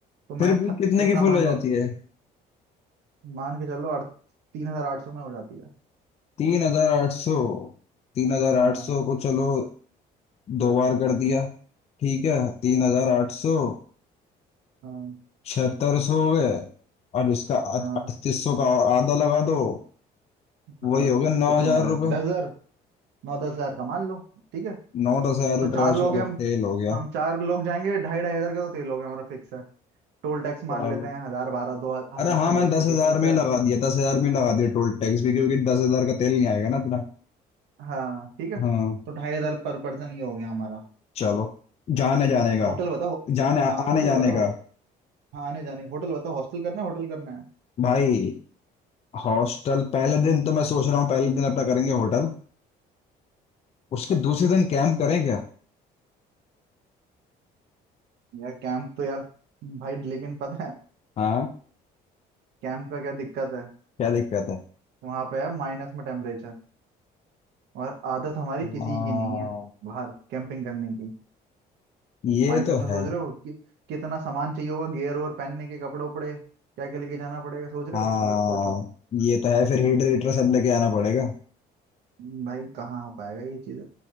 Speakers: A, on the right (about 85°); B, on the left (about 40°).
A: तो
B: फिर
A: मैं थ,
B: भी कितने
A: कितना
B: की फुल
A: मान
B: हो जाती
A: लो
B: है
A: मान के चलो अड़ तीन हजार आठ सौ में हो जाती है
B: तीन हजार आठ सौ तीन हजार
A: हाँ
B: आठ सौ को चलो दो बार कर दिया ठीक है तीन हजार आठ सौ
A: हाँ
B: छिहत्तर सौ हो गए और इसका अड़तीस
A: हाँ
B: सौ का और आधा लगा दो
A: हाँ
B: वही हो गया नौ
A: कितना
B: हजार
A: हो रहा है
B: रुपये
A: दस हजार नौ दस हजार का मान लो ठीक है
B: नौ दस हजार
A: तो
B: रुपये
A: चार
B: का
A: लोग
B: चलो
A: हैं हम
B: तेल हो गया
A: हम चार लोग जाएंगे ढाई ढाई हजार का तो तेल हो गया हमारा फिक्स है टोल टैक्स
B: चलो
A: मान लेते हैं हजार बारह दो हजार
B: अरे हाँ
A: पंद्रह
B: मैं
A: सौ
B: दस
A: हो
B: हजार
A: गया इससे
B: में ही लगा दिया दस हजार में ही लगा दिया टोल टैक्स भी क्योंकि दस हजार का तेल नहीं आएगा ना इतना
A: हाँ ठीक है
B: हाँ
A: तो ढाई हजार पर पर्सन ये हो गया हमारा
B: चलो जाने जाने का
A: होटल बताओ
B: जाने
A: हाँ होटल
B: आने जाने
A: बताओ
B: का
A: होटल हाँ आने जाने होटल बताओ हॉस्टल करना है होटल करना है
B: भाई हॉस्टल पहले दिन तो मैं सोच रहा हूँ पहले दिन अपना करेंगे होटल उसके दूसरे दिन कैंप करें क्या
A: यार कैंप तो यार भाई लेकिन पता है
B: हाँ
A: कैंप का क्या दिक्कत है
B: क्या दिक्कत है
A: वहां पे है माइनस में टेम्परेचर और आदत हमारी किसी
B: हाँ
A: की नहीं है बाहर कैंपिंग करने की
B: ये
A: माइनस
B: तो
A: में
B: है
A: सोच रहे हो कि कितना सामान चाहिए होगा गियर और पहनने के कपड़े उपड़े क्या क्या लेके जाना पड़ेगा सोच रहे
B: हाँ
A: हो पहले सोचो
B: ये तो है फिर हीटर हीटर सब लेके आना पड़ेगा
A: हम्म, भाई कहाँ हो पाएगा ये चीज